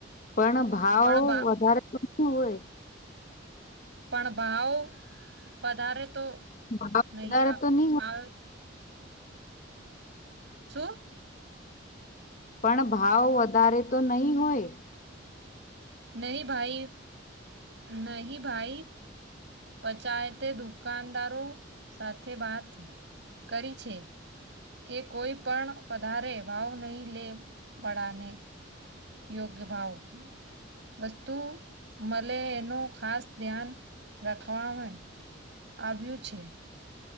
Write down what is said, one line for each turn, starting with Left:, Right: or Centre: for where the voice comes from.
Left: પણ ભાવ
Right: પણ ભા
Left: વધારે પડતું હોય.
Right: પણ ભાવ વધારે તો
Left: ભાવ
Right: નહી
Left: વધારે
Right: આવે
Left: તો નહી હોય
Right: આવ શું?
Left: પણ ભાવ વધારે તો નહી હોય.
Right: નહી ભાઈ નહી ભાઈ. પચાયતે દુકાનદારો સાથે વાત કરી છે. કે કોઈ પણ વધારે ભાવ નહીં લે પળને. યોગ્ય ભાવ. વસ્તુ મલે એનું ખાસ ધ્યાન રાખવાવણે. આવ્યું છે.